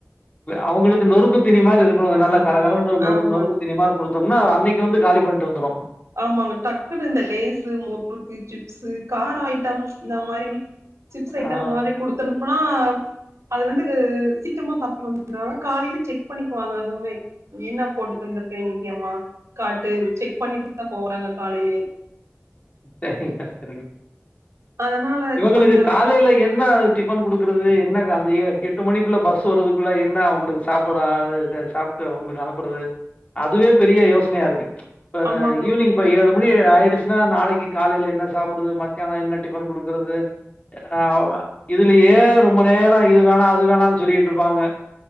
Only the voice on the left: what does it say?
அவுங்களுக்கு நொறுக்கு தீணி மாரி இருக்கணு
நல்லா கரகரணு நொறு
நொறுக்கு தீணி மாரிக் குடுத்தோம்னா அன்னைக்கு வந்து காலி பண்ட்டு வந்துடு
ஆ
செரிங்க செரிங்க
இவங்களுக்கு
காலையில என்ன டிபன் குடுக்குறது என்ன அந்த ஏ எட்டு மணிக்குள்ள பஸ் வர்றதுக்குள்ள என்ன அவங்களுக்கு சாப்ட இது சாப் எடுத்து அவங்களுக்கு அனுப்புறது அதுவே பெரிய யோசனையா இருக்கு இப்ப இந்த
ஈவினிங்
இப்ப ஏழு மணி ஆயிடுச்சுன்னா நாளைக்கு காலேல என்ன சாப்டுறது மத்தியானோ என்ன டிபன் குடுக்குறது ஆமா இதுலயே ரொம்ப நேரோ இது வேணா அது வேணான்னு சொல்லிட்டு இருப்பாங்க